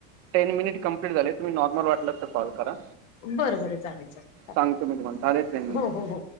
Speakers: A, on the right (about 40°); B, on the left (about 80°).
A: टेन मिनिट कंप्लीट झाले तुम्ही नॉर्मल वाटल्यास त कॉल करा.
B: बरं बरं चालेल चालेल
A: सांगतो मी तुम्हाला, झाले टेन मिनिट.
B: हो हो हो